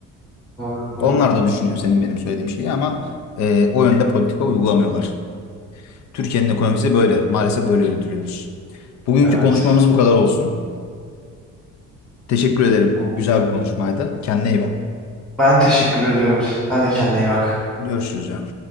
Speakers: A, in the centre; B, on the left.
A: Doğru, doğru.
B: Onlar da düşünüyor senin benim söylediğim şeyi ama e, o yönde politika uygulamıyorlar. Türkiye'nin ekonomisi böyle. Maalesef böyle yönetiliyoruz. Bugünkü
A: Evet.
B: konuşmamız bu kadar olsun. Teşekkür ederim.
A: Tamam.
B: Güzel bir konuşmaydı. Kendine iyi bak.
A: Ben teşekkür ediyorum. Sen de kendine iyi bak.
B: Görüşürüz yani.